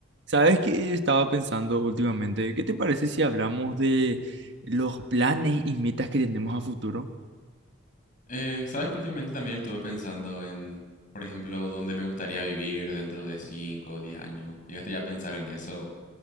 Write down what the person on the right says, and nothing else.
¿Sabes qué estaba pensando últimamente? ¿Qué te parece si hablamos de los planes y metas que tenemos a futuro?